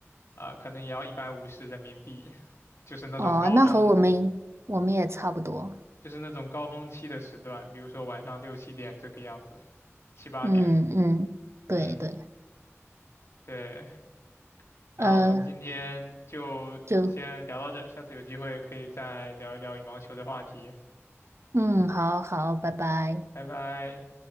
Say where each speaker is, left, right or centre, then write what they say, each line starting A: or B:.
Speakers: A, on the left; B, on the right.
A: 啊、可能也要一百五十人民币，<laughs> 就是那种高峰
B: 哦，那和我们我们也差不多。
A: 就是那种高峰期的时段，比如说晚上六七点这个样子，七八点。
B: 嗯嗯，对对，
A: 嗯，对。那我们今天就先聊到这，
B: 呃，就。
A: 下次有机会可以再聊一聊羽毛球的话题。
B: 嗯，好好，拜拜。
A: 拜拜。